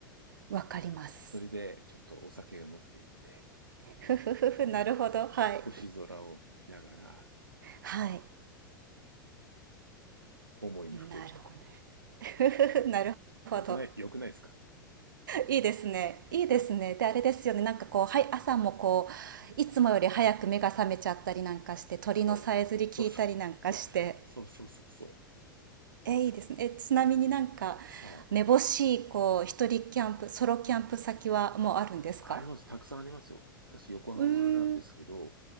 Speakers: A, on the right; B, on the right.
A: わかります
B: それでちょっとお酒を持って行って、
A: ふふふふなるほどはい
B: うんで、星空を見ながら、
A: はい
B: 思いにふけると。
A: なるほどふふふ <laughs> なるほど
B: よくない、よくないですか
A: いいですねいいですねであれですよねなんかこうはい朝もこういつもより早く目が覚めちゃったりなんかして鳥のさえずり聞いたりなんかして
B: <laughs> そう、そうそう。<laughs> そうそうそうそう。
A: えいいですねえちなみになんか
B: そうはい。
A: めぼしいこう一人キャンプソロキャンプ先はもうあるんですか
B: あります。たくさんありますよ。私、横浜なんですけど、
A: うーん